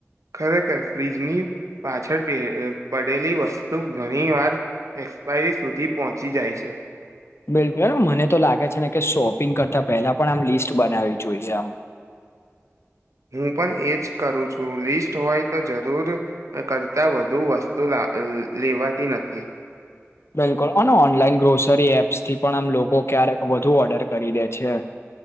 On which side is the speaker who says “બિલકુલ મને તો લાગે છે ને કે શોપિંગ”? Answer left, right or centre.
Left